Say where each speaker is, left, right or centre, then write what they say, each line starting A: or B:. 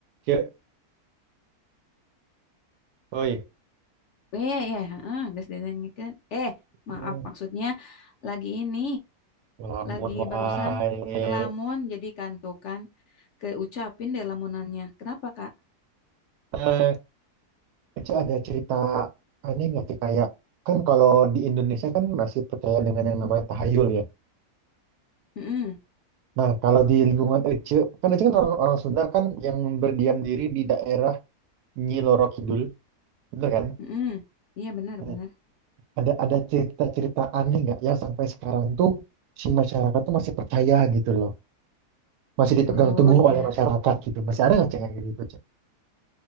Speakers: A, on the right; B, on the left.
A: Cek, oi,
B: Iya, iya, iya. heeh, geus didenengkeun. Eh, maaf
A: Hmm,
B: maksudnya lagi ini,
A: ngelamun
B: lagi
A: wae.
B: barusan ngelamun jadi kantukan keucapin deh lamunannya. Kenapa, Kak?
A: Eh, Cek ada cerita aneh nggak sih kayak kan kalau di Indonesia kan masih percaya dengan yang namanya tahayul ya.
B: Heeh,
A: Nah kalau di lingkungan Ece kan Ece kan orang-orang Sunda kan yang berdiam diri di daerah Nyi Loro Kidul, bener kan?
B: heeh. Iya, benar,
A: Nah,
B: benar.
A: ada ada cerita-cerita aneh nggak yang sampai sekarang tuh si masyarakat tuh masih percaya gitu loh, masih dipegang
B: Oh,
A: teguh
B: iya.
A: oleh masyarakat gitu, masih ada nggak Cek, yang gitu Cek?